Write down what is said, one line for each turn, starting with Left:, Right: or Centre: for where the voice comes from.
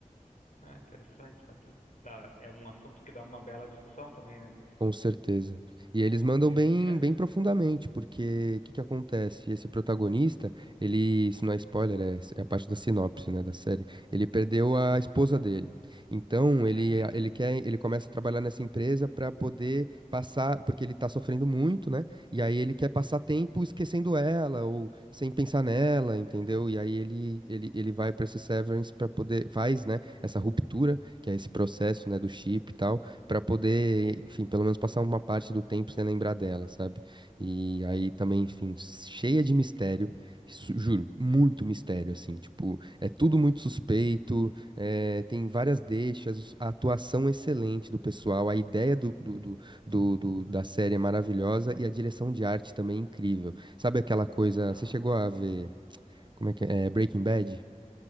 Left: Ah, interessante. Dá- é um assunto que dá uma bela discussão também, né?
Right: Com certeza. E eles
Left: <laughs>
Right: mandam bem,
Left: Ca-
Right: bem profundamente, porque o que que acontece? Esse protagonista, ele, se não é spoiler, é, é a parte da sinopse, né, da série. Ele perdeu a esposa dele. Então, ele,
Left: Uhum,
Right: ele quer, ele começa a trabalhar nessa empresa para poder passar, porque ele tá sofrendo muito, né? E aí ele quer passar tempo esquecendo ela ou sem pensar nela, entendeu? E aí ele ele, ele vai para esse Severance para poder faz, né, essa ruptura, que é esse processo, né, do chip e tal Pra poder, enfim, pelo menos passar uma parte do tempo sem lembrar dela, sabe? E aí também, enfim, cheia de mistério, su- juro, muito mistério, assim, tipo, é tudo muito suspeito, é, tem várias deixas, os- a atuação excelente do pessoal, a ideia do, do, do, do- do- da série é maravilhosa e a direção de arte também é incrível. Sabe aquela coisa,
Left: aham.
Right: você chegou a ver, como é que é, É, Breaking Bad?